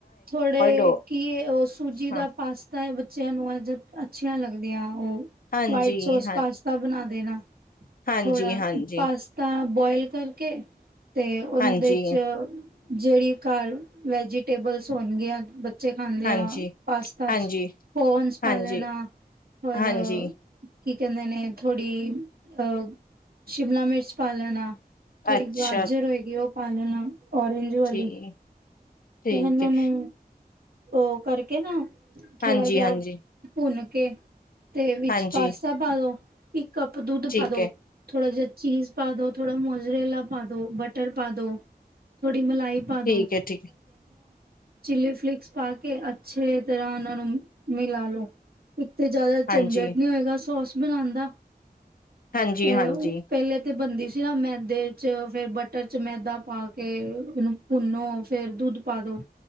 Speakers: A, on the right (about 70°); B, on the left (about 60°).
A: ਥੋੜੇ
B: ਹੋ
A: ਕੀ ਉਹ ਸੂਜੀ ਦਾ
B: ਹਾਂ।
A: ਪਾਸਤਾ ਹੈ ਬੱਚਿਆਂ ਨੂੰ ਅ ਜਦ ਅੱਛੀਆਂ ਲੱਗਦੀਆਂ।
B: ਹਾਂਜੀ
A: ਵਾਈਟ ਸੋਸ
B: ਹਾਂ
A: ਪਾਸਤਾ ਬਣਾ ਦੇ ਨਾ
B: ਹਾਂਜੀ
A: ਥੋੜਾ
B: ਹਾਂਜੀ
A: ਪਾਸਤਾ ਬੋਆਇਲ ਕਰਕੇ ਤੇ ਉਹਦੇ
B: ਹਾਂਜੀ
A: ਚ ਜਿਹੜੀ ਘਰ ਵੈਜੀਟੇਬਲਸ ਹੋਣਗੀਆਂ ਬੱਚੇ ਖਾਂਦੇ
B: ਹਾਂਜੀ
A: ਆ ਪਾਸਤਾ
B: ਹਾਂਜੀ
A: ਚ। ਓਵਨ ਚ ਪਾ
B: ਹਾਂਜੀ
A: ਲੈਣਾ ਹੋਰ
B: ਹਾਂਜੀ
A: ਕੀ ਕਹਿੰਦੇ ਨੇ ਥੋੜ੍ਹੀ ਅਹ ਸ਼ਿਮਲਾ ਮਿਰਚ ਪਾ ਲੈਣਾ ਥੋੜੀ
B: ਅੱਛਾ
A: ਗਾਜਰ ਹੋਏਗੀ ਉਹ ਪਾ ਲੈਣਾ ਔਰਂਜ ਵਾਲੀ
B: ਠੀਕ
A: ਤੇ
B: ਠੀਕ
A: ਇਹਨਾਂ
B: ਹੈ।
A: ਨੂੰ ਉਹ ਕਰਕੇ ਨਾ ਥੋੜਾ
B: ਹਾਂਜੀ
A: ਜਿਹਾ
B: ਹਾਂਜੀ
A: ਭੁੰਨ ਕੇ ਤੇ ਵਿੱਚ
B: ਹਾਂਜੀ
A: ਪਾਸਤਾ ਪਾ ਦੋ ਇੱਕ ਕੱਪ ਦੁੱਧ
B: ਠੀਕ
A: ਪਾ ਦੋ
B: ਹੈ
A: ਥੋੜਾ ਜਿਹਾ ਚੀਜ਼ ਪਾ ਦੋ, ਥੋੜਾ ਮੋਜਰੇਲਾ ਪਾ ਦੋ, ਬਟਰ ਪਾ ਦੋ, ਥੋੜਾ ਮਲਾਈ ਪਾ
B: ਠੀਕ
A: ਦੋ
B: ਹੈ ਠੀਕ ਹੈ
A: ਚੀਲੀਫਲੇਕਸ ਪਾ ਕੇ ਅੱਛੇ ਤਰ੍ਹਾਂ ਉਹਨਾਂ ਨੂੰ ਮਿਲਾ ਲੋੋ ਇੱਕ ਤੇ ਜਿਆਦਾ ਝੰਜਟ
B: ਹਾਂਜੀ।
A: ਨ ਹੋਏਗਾ ਸੋਸ ਬਣਾਦਾ
B: ਹਾਂਜੀ
A: ਤੇ
B: ਹਾਂਜੀ
A: ਪਹਿਲੇ ਤੇ ਬੰਦੀ ਨਾ ਮੈਦੇ ਚ ਫੇਰ ਬਟਰ ਚ ਮੈਦਾ ਪਾ ਕੇ ਉਹਨੂੰ ਭੁੰਨੋ ਫੇਰ ਦੁੱਧ ਪਾਦੋ।